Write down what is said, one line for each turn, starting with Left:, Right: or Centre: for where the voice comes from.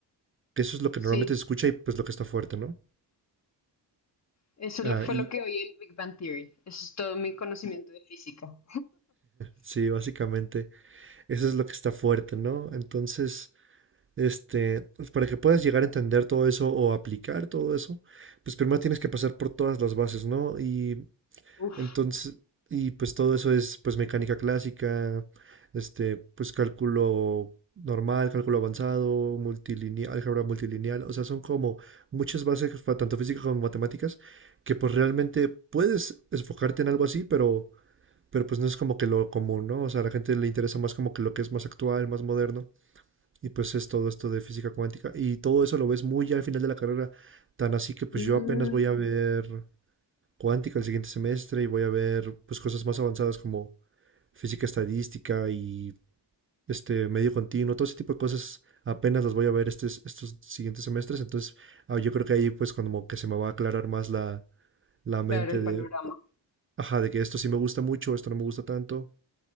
Right: que eso es lo que
Left: Sí,
Right: normalmente se escucha y pues lo que está fuerte, ¿no?
Left: eso
Right: Ah,
Left: lo- fue
Right: y
Left: lo que oí en Big Bang Theory. Eso es todo mi conocimiento de física.
Right: sí, básicamente. Eso es lo que está fuerte, ¿no? Entonces, este, pues, para que puedas llegar a entender todo eso o aplicar todo eso, pues primero tienes que pasar por todas las bases, ¿no? Y
Left: Uf.
Right: entonces, y pues todo eso es pues mecánica clásica, este, pues cálculo normal, cálculo avanzado, multilineal, álgebra multilineal, o sea, son como muchas bases, fa- tanto físicas como matemáticas, que pues realmente puedes enfocarte en algo así, pero pero pues no es como que lo común, ¿no? O sea, a la gente le interesa más como que lo que es más actual, más moderno. Y pues es todo esto de física cuántica. Y todo eso lo ves muy ya al final de la carrera. Tan así que pues
Left: Mm.
Right: yo apenas voy a ver cuántica el siguiente semestre y voy a ver pues cosas más avanzadas como física estadística y este medio continuo. Todo ese tipo de cosas apenas las voy a ver estes- estos siguientes semestres. Entonces ah, yo creo que ahí pues como que se me va a aclarar más la, la
Left: Claro,
Right: mente
Left: el
Right: de,
Left: panorama
Right: ajá, de que esto sí me gusta mucho, esto no me gusta tanto.